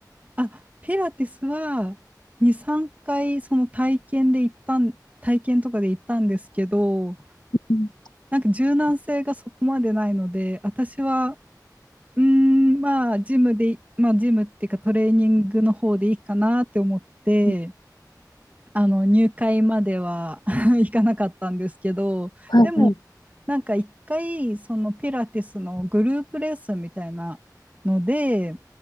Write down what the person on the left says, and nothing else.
うん、
うん。
はい、はい、